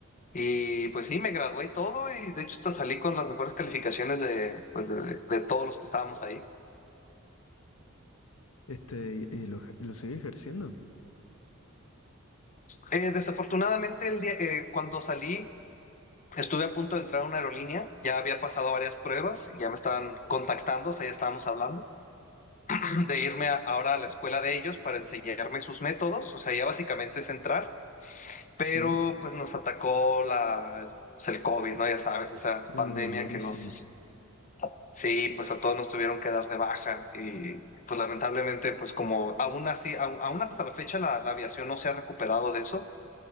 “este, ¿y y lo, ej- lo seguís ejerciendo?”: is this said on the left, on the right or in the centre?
Left